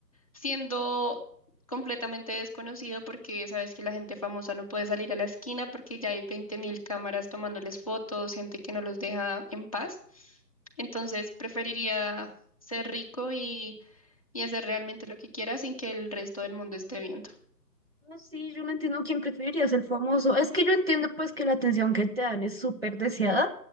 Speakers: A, on the left; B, on the right.
A: siendo completamente desconocido porque sabes que la gente famosa no puede salir a la esquina porque ya hay 20.000 cámaras tomándoles fotos, gente que no los deja en paz. Entonces preferiría ser rico y, y hacer realmente lo que quiera sin que el resto del mundo esté viendo.
B: No, sí, yo no entiendo quién preferiría ser famoso. Es que yo entiendo pues que la atención que te dan es súper deseada,